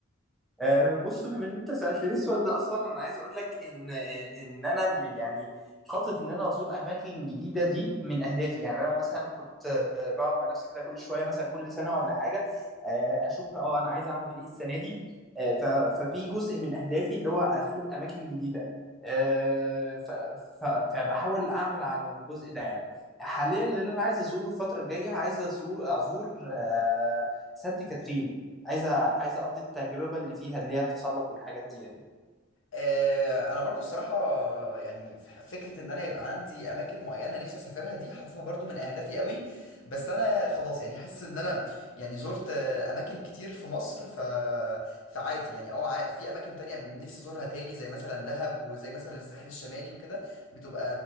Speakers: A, in the centre; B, on the left.
A: آه، بص بما ان انت سالتني السؤال ده اصلا انا عايز اقول لك ان ان انا ب- يعني خاطط ان انا ازور اماكن جديده دي من اهدافي يعني انا مثلا كنت آه، بقعد مع نفسي كده كل شويه مثلا كل سنه ولا حاجه آه، اشوف اه انا عايز اعمل ايه السنه دي آه، ف- ففي جزء من اهدافي اللي هو ازور اماكن جديده آه، ف- ف- فبحاول اعمل على الجزء ده يعني حاليا اللي انا عايز ازوره الفتره الجايه عايز ازور ازور آه، سانت كاترين عايزه عايزه اقضي التجربه اللي فيها اللي هي التسلق والحاجات دي يعني
B: آه، انا برضو الصراحه يعني ف- فكره ان انا يبقى عندي اماكن معينه نفسي اسافرها دي حاططها برضو من اهدافي قوي بس انا خلاص يعني حاسس ان انا يعني زرت آه، اماكن كتير في مصر ف فعادي يعني اه ع- في اماكن تانية نفسي ازورها تاني زي مثلا دهب وزي مثلا الساحل الشمالي وكده بتبقى